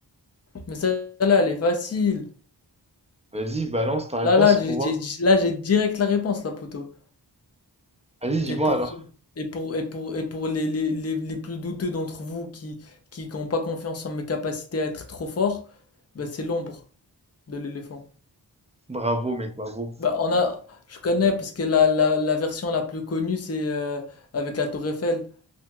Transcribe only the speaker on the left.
Mais celle-là, elle est facile.
Là, là, j'ai,
j'ai- j'ai- là, j'ai direct la réponse, là, poteau.
Et pour,
et pour, et pour, et pour les, les, les, les plus douteux d'entre vous qui, qui n'ont pas confiance en mes capacités à être trop fort, bah, c'est l'ombre de l'éléphant.
Bah, on a, je connais parce que la, la, la version la plus connue, c'est euh, avec la tour Eiffel.